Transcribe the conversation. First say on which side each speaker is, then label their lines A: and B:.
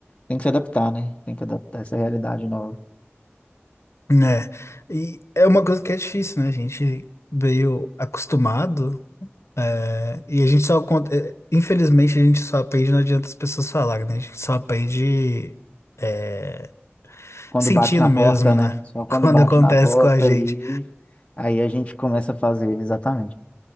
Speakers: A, on the left; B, on the left.
A: tem que se adaptar, né? Tem que adaptar essa realidade nova.
B: Né? E é uma coisa que é difícil, né? A gente veio acostumado, é, e a gente só, acon- é, infelizmente, a gente só aprende, não adianta as pessoas falarem, né? A gente só aprende, é,
A: Quando
B: sentindo
A: bate na
B: mesmo,
A: porta, né?
B: né?
A: Só
B: <laughs>
A: quando
B: Quando
A: bate
B: acontece
A: na porta
B: com a gente.
A: ali, aí a gente começa a fazer, exatamente.